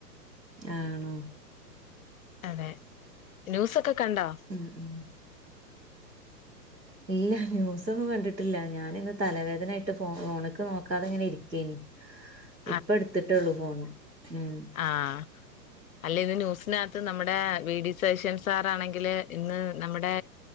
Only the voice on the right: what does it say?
ആണോ?
ഉം ഉം ഇല്ല ന്യൂസൊന്നും കണ്ടിട്ടില്ല ഞാനിന്ന് തലവേദനായിട്ട് ഫോ ഫോണ്ക്ക് നോക്കാതെങ്ങനെരിക്കേനി.
ഇപ്പട്ത്ത്ട്ടൊള്ളൂ ഫോണ്. ഉം